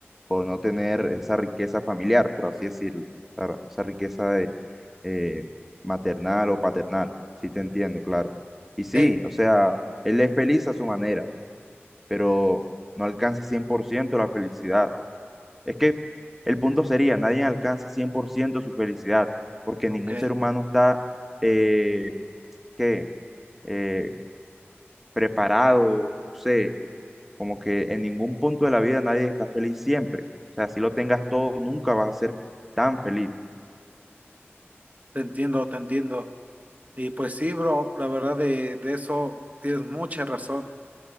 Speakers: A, in the centre; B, on the right.
A: por no tener esa riqueza familiar, por así decirlo, claro, esa riqueza de, eh, maternal o paternal, sí te entiendo, claro. Y sí,
B: Eh, Sí.
A: o sea, él es feliz a su manera, pero no alcanza 100% la felicidad. Es que el punto sería, nadie alcanza 100% su felicidad, porque
B: ok,
A: ningún ser humano está, eh, ¿qué? Eh, preparado, no sé, Como que en ningún punto de la vida nadie está feliz siempre. O sea, si lo tengas todo, nunca vas a ser tan feliz.
B: te entiendo, te entiendo. Y pues sí, bro, la verdad de, de eso tienes mucha razón.